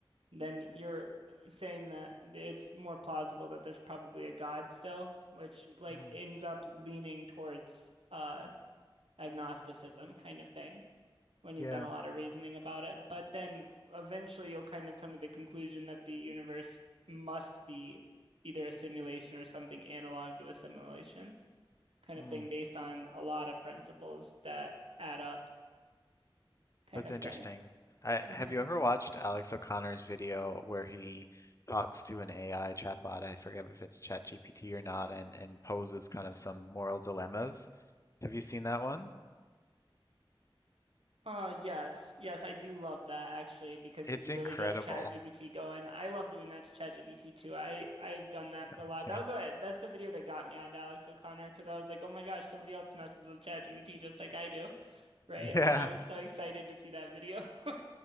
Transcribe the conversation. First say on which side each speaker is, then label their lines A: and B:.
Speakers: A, on the right (about 85°); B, on the left (about 35°).
A: then you're saying that it's more plausible that there's probably a God still, which like
B: Hmm,
A: ends up leaning towards uh agnosticism kind of thing when you've
B: yeah.
A: done a lot of reasoning about it. But then eventually you'll kind of come to the conclusion that the universe must be either a simulation or something analog to a simulation kind
B: Hmm,
A: of thing based on a lot of principles that add up kind
B: that's
A: of
B: interesting.
A: thing.
B: I,
A: hmm
B: have you ever watched Alex O'Connor's video where he talks to an AI chatbot? I forget if it's ChatGPT or not, and and poses kind of some moral dilemmas. Have you seen that one?
A: Uh yes. Yes, I do love that actually because
B: It's
A: he
B: incredible.
A: really gets ChatGPT going. I love doing that to ChatGPT too. I I've done that for a lot.
B: <laughs> Same.
A: That was what that's the video that got me on Alex O'Connor because I was like, "Oh my gosh, somebody else messes with ChatGPT just like I do." Right?
B: Yeah,
A: And I was so excited to see that video. <laughs>